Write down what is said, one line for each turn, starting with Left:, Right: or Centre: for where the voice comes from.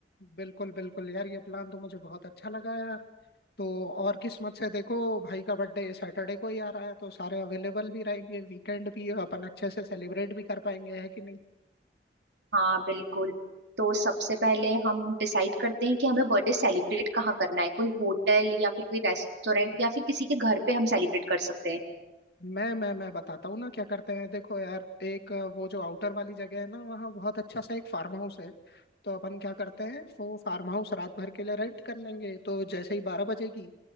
Left: बिल्कुल बिल्कुल यार ये प्लान तो मुझे बहुत अच्छा लगा यार तो और किस्मत से देखो भाई का बर्थडे सैटरडे को ही आ रहा है तो सारे अवेलेबल भी रहेंगे वीकेंड भी है अपन अच्छे से सेलिब्रेट भी कर पाएंगे है कि नहीं
Right: हाँ बिल्कुल तो सबसे पहले हम डिसाइड करते हैं कि हमें बर्थडे सेलिब्रेट कहाँ करना है कोई होटल या फिर कोई रेस्टोरेंट या फिर किसी के घर पे हम सेलिब्रेट कर सकते हैं
Left: मैं मैं मैं बताता हूँ ना क्या करते हैं देखो यार एक अ, वो जो आउटर वाली जगह है ना वहाँ बहुत अच्छा सा एक फार्म हाउस है तो अपन क्या करते हैं वो फार्म हाउस रात भर के लिए रेंट कर लेंगे तो जैसे ही बारह बजेगी